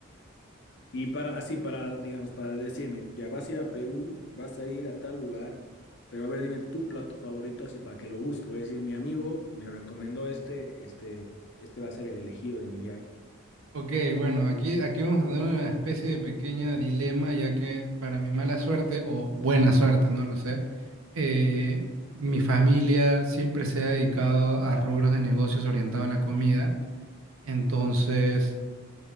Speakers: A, on the left; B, on the right.
A: Y para, así, para, digamos, para decirme, ya vas a ir a Perú, vas a ir a tal lugar, pero a ver, dime tu plato favorito, así para que lo busque. Voy a decir, mi amigo me recomendó este, este, este va a ser el elegido de mi viaje.
B: Ok, bueno, aquí, aquí vamos a tener una especie de pequeño dilema, ya que para mi mala suerte o buena suerte, no lo sé, eh, mi familia siempre se ha dedicado a rubros de negocios orientados a la comida. Entonces,